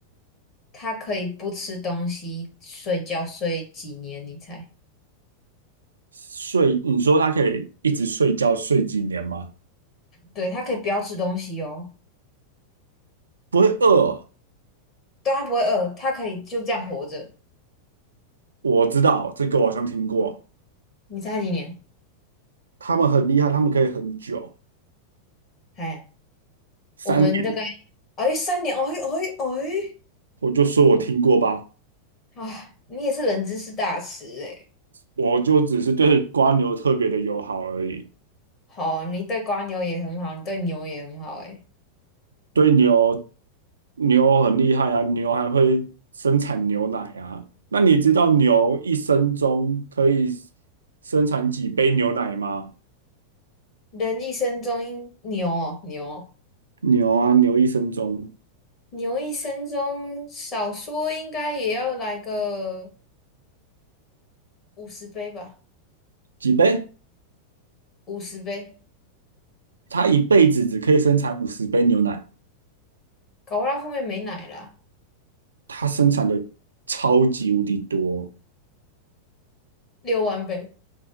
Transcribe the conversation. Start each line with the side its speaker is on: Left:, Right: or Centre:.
Left: 它可以不吃东西睡觉睡几年？你猜？
Right: 睡，你说他可以一直睡觉睡几年吗？
Left: 对，它可以不要吃东西哦。
Right: 不会饿？
Left: 对，他不会饿，他可以就这样活着。
Right: 我知道这个，我好像听过。
Left: 你猜几年？
Right: 他们很厉害，他们可以很久，
Left: 哎，
Right: 三年。
Left: 我们大概哎三年，哎哎哎，
Right: 我就说我听过吧，
Left: 啊，你也是人知识大师哎。
Right: 我就只是对瓜牛特别的友好而已。
Left: 好，你对瓜牛也很好，你对牛也很好哎。
Right: 对牛，牛很厉害啊，牛还会生产牛奶啊。那你知道牛一生中可以生产几杯牛奶吗？
Left: 人一生中应牛哦牛
Right: 牛啊，牛一生中
Left: 牛一生中少说应该也要来个五十杯吧，
Right: 几杯？
Left: 五十杯，
Right: 它一辈子只可以生产五十杯牛奶，
Left: 搞不到后面没奶了，
Right: 它生产的超级无敌多，
Left: 六万杯、